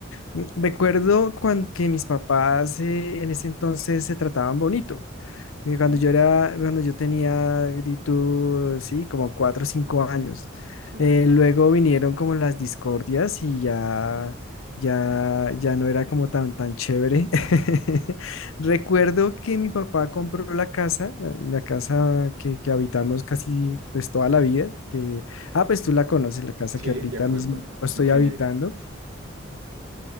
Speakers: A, on the left (about 85°); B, on the right (about 80°).
A: Mm, Recuerdo cuando, que mis papás eh, en ese entonces se trataban bonito que
B: Sí,
A: Cuando yo era, cuando yo tenía, di tú, sí, como cuatro o cinco años.
B: sí,
A: Eh, luego vinieron como las discordias y ya, ya, ya no era como tan, tan chévere. <laughs> Recuerdo que mi papá compró la casa, la la casa que, que habitamos casi pues toda la vida. Que, ah, pues tú la conoces, la casa
B: sí,
A: que ahorita
B: de acuerdo.
A: mismo estoy
B: En Kennedy.
A: habitando.